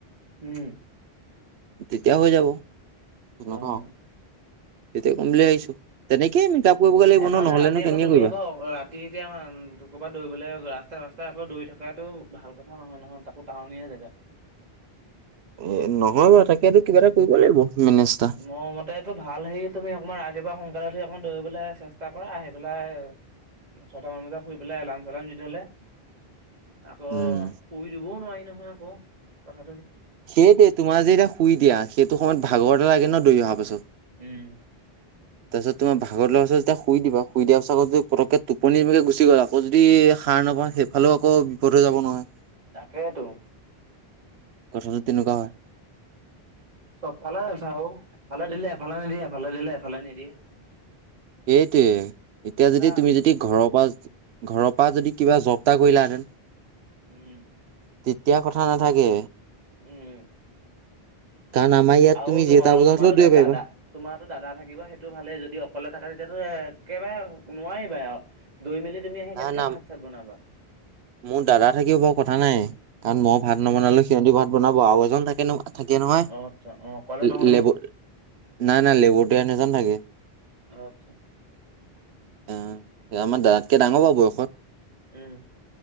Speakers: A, on the right (about 40°); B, on the right (about 80°).
A: উম,
B: তেতিয়া হৈ যাব। তেনেকুৱা।
A: অ'।
B: তেতিয়া কম বুলি ভাবিছো, তেনেকেই মেক আপ কৰিবগে লাগিব
A: এ
B: ন
A: মানে
B: নহলেনো
A: ৰাতি আকৌ
B: কেনেকে
A: তুমি
B: কৰিবা।
A: আকৌ ৰাতি এতিয়া ক'ৰবাত দৌৰিবলে ৰাস্তা ৰাস্তা। দৌৰি থকাটো ভাল কথা নহয় নহয় তাকো টাউনীয়া জেগা।
B: এ নহয় বাৰু তাকেটো কিবা এটা কৰিব লাগিব। মেনেজ এটা
A: ম মতেটো ভাল হে তুমি অকণমান ৰাতিপুৱা হুন কালে উঠি অকমান দৌৰিবলৈ চেষ্টা কৰা আহি পেলাই। ছটামান বজাত শুই পেলাই এলাম চেলাম দি থলে। আকৌ
B: উম
A: শুই দিবও নোৱাৰি নহয় আকৌ কথা
B: সেইটোৱেটো তোমাৰ যে এতিয়া শুই দিয়া, সেইটো সময়ত ভাগৰ এটা লাগে ন দৌৰি অহা পাছত।
A: উম।
B: তাৰপিছত তোমাৰ ভাগৰ টো লগা পাছত শুই দিবা শুই দিয়াৰ পাছত আকৌ যদি পতককে টোপনি মকে গুচি গলা আকৌ যদি। সাৰ নাপাওঁ সেইফালেও আকৌ বিপদ হৈ যাব নহয়।
A: তাকেইতো।
B: কথাটো তেনেকুৱা হয়।
A: চবফালে চাওঁ এফালে দিলে এফালে নিদিয়ে এফালে দিলে এফালে নিদিয়ে।
B: সেইটোৱে এতিয়া
A: এটা
B: যদি তুমি যদি ঘৰৰ পৰা। ঘৰৰ পৰা যদি কিবা জব এটা কৰিলাহেঁতেন।
A: উম।
B: তেতিয়া কথা নাথাকে।
A: উম।
B: কাৰণ আমাৰ ইয়াত
A: আৰু
B: তুমি
A: তোমাৰ
B: যেইটা বজাত
A: তোমাৰো
B: হ'লেও দিব
A: দা দাদা
B: পাৰিবা
A: তোমাৰো দাদা থাকিব সেইটো ভালে যদি অকলে থাকে তেতিয়াতো এ। একেবাৰে নোৱাৰিবা আৰু দৌৰি মেলি তুমি আহি
B: না
A: কেনেকে
B: না
A: ভাত চাত বনাবা।
B: মোৰ দাদা থাকিও বৰ কথা নাই কাৰণ
A: উম
B: মই ভাত নবনালো সিহঁতি ভাত বনাব। কোৱা আৰু এজন থাকে ন থাকে নহয়
A: অ আচ্ছা অ অকলে নহয় নি
B: লেব। নাই নাই লেবৰেটৰী আন এজন থাকে।
A: আচ্ছা।
B: অহ আমাৰ দাদাতকে ডাঙৰ বয়সত।
A: উম।